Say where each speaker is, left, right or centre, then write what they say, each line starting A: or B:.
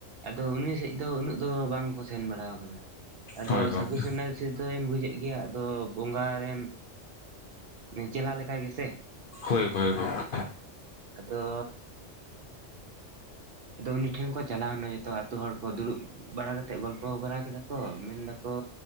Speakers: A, on the right; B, on the left.
A: ᱟᱫᱚ ᱩᱱᱤ ᱥᱮᱫ ᱫᱚ ᱩᱱᱟᱹᱜ ᱫᱚ ᱵᱟᱝ ᱠᱚ ᱥᱮᱱ ᱵᱟᱲᱟᱣ ᱠᱟᱱᱟ, ᱟᱫᱚ
B: ᱦᱳᱭ ᱜᱚᱝᱠᱮ
A: ᱥᱟᱹᱫᱷᱩ ᱥᱚᱱᱱᱟᱥᱤ ᱫᱚᱧ ᱵᱩᱡᱮᱫ ᱜᱮᱭᱟ ᱟᱫᱚ ᱵᱚᱸᱜᱟᱮᱱ ᱪᱮᱞᱟ ᱞᱮᱠᱟ ᱜᱮᱥᱮ,
B: ᱦᱳᱭ ᱦᱳᱭ ᱵᱚᱠᱚᱧ
A: ᱟᱫᱚ ᱟᱫᱚ ᱩᱱᱤ ᱴᱷᱮᱱ ᱠᱚ ᱪᱟᱞᱟᱣᱱᱟ ᱡᱚᱛᱚ ᱟᱹᱛᱳ ᱦᱚᱲ ᱠᱚ ᱫᱩᱲᱩᱵ ᱵᱟᱲᱟ ᱠᱟᱛᱮᱫ ᱜᱚᱞᱯᱚ ᱵᱟᱲᱟ ᱠᱮᱫᱟ ᱠᱚ, ᱢᱮᱱ ᱫᱟ ᱛᱚ